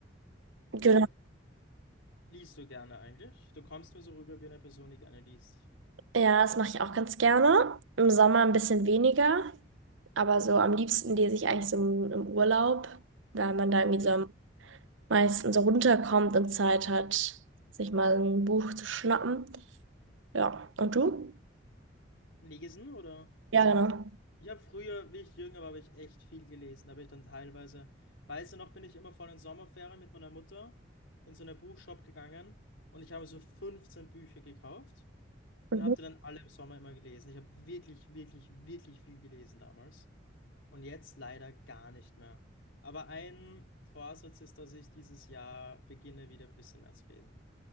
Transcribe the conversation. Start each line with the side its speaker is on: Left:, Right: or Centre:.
Right: genau.
Left: cool. Liest du gerne eigentlich? Du kommst mir so rüber wie eine Person, die gerne liest.
Right: Ja, das mache ich auch ganz gerne. Im Sommer ein bisschen weniger, aber so am liebsten lese ich eigentlich so im, im Urlaub, weil man da irgendwie so
Left: Ja.
Right: am meistens so runterkommt und Zeit hat, sich mal ein Buch zu schnappen. Ja, und du?
Left: Lesen oder?
Right: Ja, genau.
Left: Ich habe früher, wie ich jünger war, habe ich echt viel gelesen. Da habe ich dann teilweise, weißt du noch, bin ich immer vor den Sommerferien mit meiner Mutter in so einen Buchshop gegangen und ich habe so 15 Bücher gekauft und
Right: Mhm.
Left: habe die dann alle im Sommer immer gelesen. Ich habe wirklich, wirklich, wirklich viel gelesen damals und jetzt leider gar nicht mehr. Aber ein Vorsatz ist, dass ich dieses Jahr beginne, wieder ein bisschen mehr zu lesen.